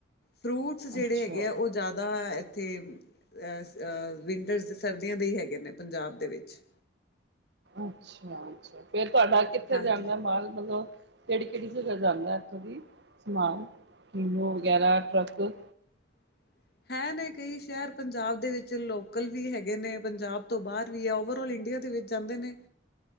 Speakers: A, on the left (about 55°); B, on the right (about 65°).
A: ਫਰੂਟਸ ਜਿਹੜੇ
B: ਅੱਛਾ
A: ਹੈਗੇ ਆ ਉਹ ਜ਼ਿਆਦਾ ਇੱਥੇ ਅ ਵਿੰਟਰਸ ਸਰਦੀ ਦੇ ਹੈਗੇ ਨੇ ਪੰਜਾਬ ਦੇ ਵਿੱਚ
B: ਅੱਛਾ, ਅੱਛਾ ਫਿਰ ਤੁਹਾਡਾ ਕਿੱਥੇ
A: ਹਾਂਜੀ
B: ਜਾਂਦਾ ਮਾਲ ਮਤਲਬ ਕਿਹੜੀ, ਕਿਹੜੀ ਜਗਾ ਜਾਂਦਾ ਇੱਥੋਂ ਦੀ ਸਮਾਨ ਕੀਨੂ ਵਗੈਰਾ ਟਰੱਕ
A: <inaudible> ਹੈ ਨੇ ।ਕਈ ਸ਼ਹਿਰ ਪੰਜਾਬ ਦੇ ਵਿੱਚ ਲੋਕਲ ਵੀ ਹੈਗੇ ਨੇ। ਪੰਜਾਬ ਤੋਂ ਬਾਹਰ ਵੀ ਹੈ ।ਓਵਰਆਲ ਇੰਡੀਆ ਦੇ ਜਾਂਦੇ ਨੇ